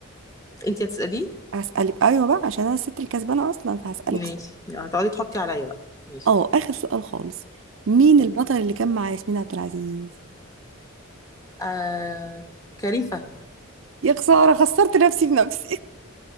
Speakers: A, on the left; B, on the right.
A: انت هتساليه
B: هسألك ايوه بقى عشان انا الست الكسبانة اصلا فهسألك
A: ماشي
B: سؤال
A: هتقعدي تحطي عليا بقى ماشي
B: اه اخر سؤال خالص مين البطل
A: اوكي
B: اللي كان مع ياسمين عبد العزيز
A: آه... كريم فهمي
B: يا خسارة خسرت نفسي بنفسي